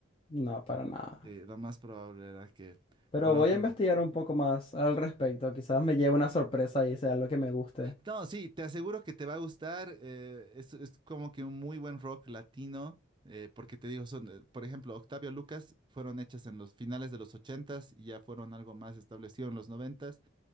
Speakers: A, on the left; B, on the right.
A: No, para nada.
B: Eh, lo más probable era que,
A: Pero
B: que no.
A: voy
B: con-
A: a investigar un poco más al respecto. Quizás me lleve una sorpresa y sea lo que me guste.
B: No, sí, te aseguro que te va a gustar. eh, es, es como que un muy buen rock latino, eh, porque te digo, son, eh, por ejemplo, Octavio Lucas fueron hechas en los finales de los ochentas y ya fueron algo más establecido en los noventas.